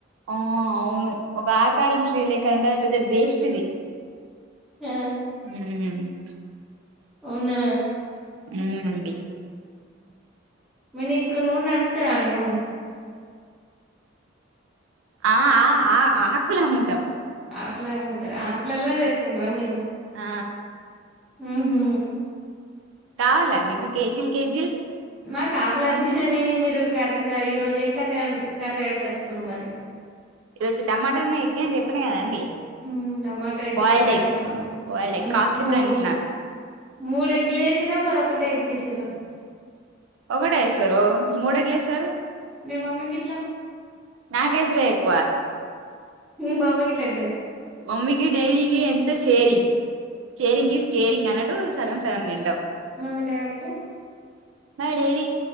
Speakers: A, on the right; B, in the centre.
A: ఆ అవును ఒక ఆకారం శ్రీలేకారంంట ది బెస్ట్
B: ఆ
A: హ్మ్మ్ అ
B: అవున
A: ఉ అండిీ
B: మేని ఇ ను నెపు తరానే నూనే
A: ఆ ఆ ఆ ఆ ఆకులమ్ముతం
B: ఆకులా ఏమ్ముతార ఆకులలోనే తెచ్చుకుంటర మీరు
A: ఆ
B: ఉహు
A: కావాల మీకు కేజిల్ కేజిల్
B: మాక్ ఆకులొద్దు గని మీరు కర్రీస ఈ రోజు ఏం కర్రి వండు కర్రీ అడుగ్ కచ్చ్ కుర్రా మరి
A: ఈ రోజు టమాటని ఎగ్అని చెప్పిన కదండి
B: మ్మ్ tomato egg curry
A: boiled
B: and
A: egg
B: raw
A: boiled egg
B: మ్మ్
A: కాస్ట్లీ
B: మోవ్
A: ఫ్రెండ్స్ నాకు
B: మూడు ఎగ్లేసిర మరొక్కటి ఎగ్గేసిర
A: ఒకటె ఏస్తరు మూడు ఎట్లేసరు
B: మీ మమ్మీ గిట్లా
A: నాకేసుడే ఎక్కువ
B: మా ఆవ్వా ఇట్లే ఎత్త్తారు
A: మా మమ్మీకి డైలీ ఎంత షేరింగ్ షేరింగ్ ఈస్ కేరింగ్ అన్నట్టు సగం సగం తింటాం
B: మేం మీ డాడీకి
A: మా డాడీ